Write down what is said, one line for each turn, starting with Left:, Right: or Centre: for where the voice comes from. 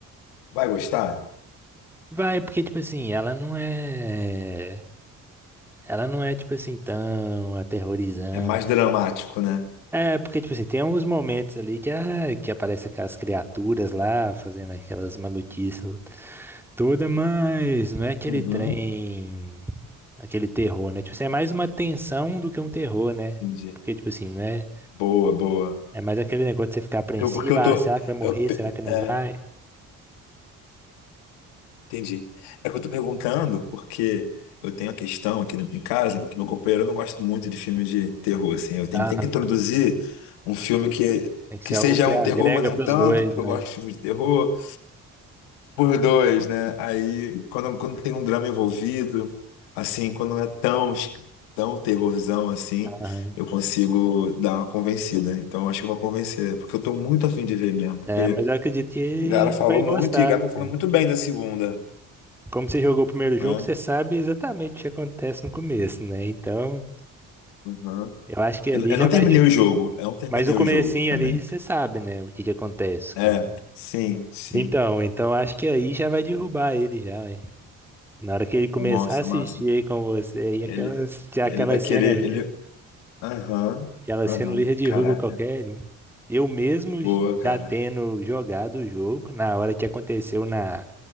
Left: vai gostar?
Centre: Vai, porque, tipo assim, ela não é. Ela não é, tipo assim, tão aterrorizante.
Left: É mais dramático, né?
Centre: É, porque, tipo assim, tem uns momentos ali que, ah, que aparece aquelas criaturas lá fazendo aquelas maluquices Toda, mas não é aquele
Left: Uhum,
Centre: trem, aquele terror, né? Tipo assim, é mais uma tensão do que um terror, né?
Left: entendi.
Centre: Porque, tipo assim, não é.
Left: Boa, boa.
Centre: É mais aquele negócio de você ficar apreensivo,
Left: Eu- porque eu
Centre: ah,
Left: tô.
Centre: será que vai morrer?
Left: Eu, pe-
Centre: Será que não
Left: é,
Centre: vai?
Left: entendi. É que eu tô perguntando porque eu tenho a questão aqui em casa, que meu companheiro não gosta muito de filmes de terror, assim. Eu tenho,
Centre: Aham.
Left: tenho que introduzir um filme que,
Centre: Tem que
Left: que
Centre: ser
Left: seja
Centre: algo que
Left: um
Centre: agrega
Left: terror, mas não
Centre: pros
Left: tanto,
Centre: dois,
Left: porque
Centre: né?
Left: eu gosto de filmes de terror. por dois, né? Aí, quando, quando tem um drama envolvido, assim, quando não é tão, es- tão terrorzão assim,
Centre: Aham.
Left: eu consigo dar uma convencida. Então, acho que eu vou convencer, porque eu tô muito afim de ver mesmo. Porque
Centre: É, mas eu acredito que ele
Left: o cara falou
Centre: vai gostar,
Left: muito e o cara
Centre: viu,
Left: tá falando
Centre: cara?
Left: muito bem da segunda,
Centre: Como você jogou o primeiro jogo,
Left: né?
Centre: você sabe exatamente o que acontece no começo, né? Então,
Left: Uhum.
Centre: eu acho que
Left: Eu,
Centre: ali
Left: eu
Centre: já
Left: não
Centre: vai.
Left: terminei
Centre: de-
Left: o jogo, eu não terminei
Centre: Mas o comecinho
Left: o jogo também.
Centre: ali, você sabe, né? O que que acontece com
Left: É, sim, sim.
Centre: Então, então acho que aí já vai derrubar ele já, hein? Na hora que ele começar
Left: Nossa,
Centre: a assistir
Left: massa.
Centre: aí com você, aí aquela
Left: Ele,
Centre: já
Left: ele
Centre: aquela
Left: vai
Centre: cena
Left: querer,
Centre: ali,
Left: ele. Aham,
Centre: aquela
Left: aham,
Centre: cena ali já derruba
Left: caraca.
Centre: qualquer um. Eu mesmo
Left: Boa,
Centre: já
Left: cara.
Centre: tendo jogado o jogo, na hora que aconteceu na,